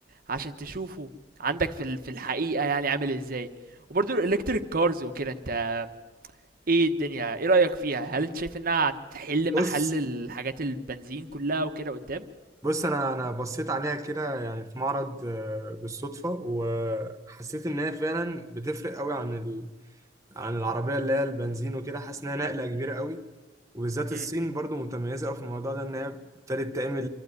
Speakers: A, on the right; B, on the right.
A: عشان تشوفه عندك في ال في الحقيقة يعني عامل إزاي، وبرضه الelectric cars وكده أنت إيه الدنيا إيه رأيك فيها؟ هل أنت شايف إنها هتحل
B: بص
A: محل الحاجات البنزين كلها وكده قدّام؟
B: بص انا انا بصيت عليها كده يعني في معرض آه، بالصدفه وحسيت ان هي فعلا بتفرق قوي عن ال... عن العربيه اللي هي البنزين وكده حاسس انها نقله كبيره قوي وبالذات الصين
A: إمم،
B: برضو متميزه قوي في الموضوع ده ان هي ابتدت تعمل